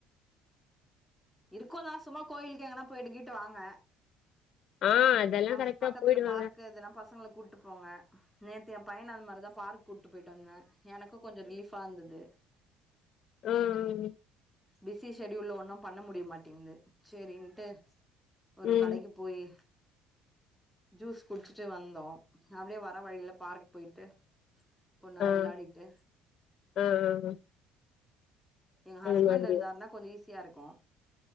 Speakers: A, in the centre; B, on the left.
A: இருக்கூ தா சும்மா கோயிலுக்கு எங்கன்னா போயிட்டுகீட்டு வாங்க
B: ஆ அதெல்லா
A: பஸ்
B: கரெக்டா
A: பக்கத்துல
B: போயிடுவாங்க
A: பார்க்கு இதெல்லா பசங்கள கூட்டு போங்க நே து ஏ பையன அந்த மாரி தா பார்க் கூட்டு போயிட்டு வந்தே எனக்கு கொஞ்சொ ரிலீஃபாருந்துது
B: அ ஆ ஆ
A: பிஸி ஷெட்யுல்ல ஒன்னூ பண்ண முடியமாட்டிங்குது சேரின்ட்டு ஒரு
B: ம்
A: கடைக்கு போயி ஜூஸ் குட்ச்சிட்டு வந்தோ அப்டியே வர வழியில பார்க் போயிட்டு கொஞ் நேரோ
B: ஆ
A: விளாடிட்டு
B: ஆ ஆ ஆ.
A: எங்க
B: அந்த
A: ஹஸ்பண்ட்
B: மாதிரி
A: இருந்தாருனா கொஞ்ச ஈஸ் யாருக்கூ